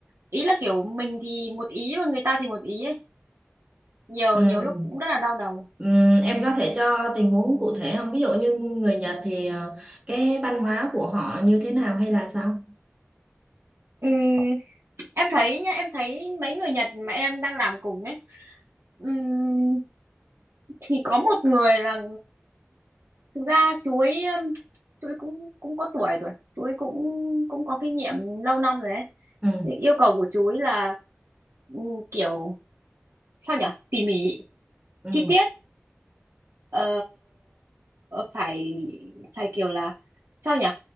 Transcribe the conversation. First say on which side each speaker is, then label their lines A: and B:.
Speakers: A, on the right (about 85°); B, on the right (about 25°).
A: ý là kiểu mình thì một ý mà người ta thì một ý ấy nhiều
B: ừ
A: nhiều lúc cũng rất là đau đầu
B: ừ em có thể cho tình huống cụ thể không ví dụ như người Nhật thì ờ, cái văn hóa của họ như thế nào hay là sao
A: Ừm, em thấy nha em thấy mấy người Nhật mà em đang làm cùng ấy ừm, thì có một người là thực ra chú ấy ừm, chú ấy cũng cũng có tuổi rồi chú ấy cũng cũng có kinh nghiệm lâu năm rồi ấy
B: ừ
A: Thì yêu cầu của chú ấy là ừm, kiểu sao nhỉ tỉ mỉ
B: ừ
A: chi tiết ờ, ờ, phải phải kiểu là sao nhỉ